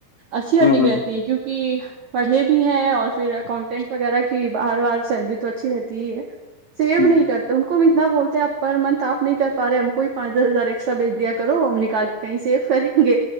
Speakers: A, on the right; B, on the left.
A: اچھی ہرننگ
B: ہوں ہوں
A: رہتی ہے کیونکہ پڑھے بھی ہیں اور پھر اکاؤنٹینٹ وغیرہ کی بار بار سیلری تو اچھی رہتی ہے سیو نہیں
B: ہ
A: کرتے تو ان کو ہم اتنا بولتے ہیں آپ پر منت آپ نہیں کر پاے ہم کو پانچ دس ہزار ایکسٹرا بھیج دیا کرو ہم نکال کے کہیں سے کریں گے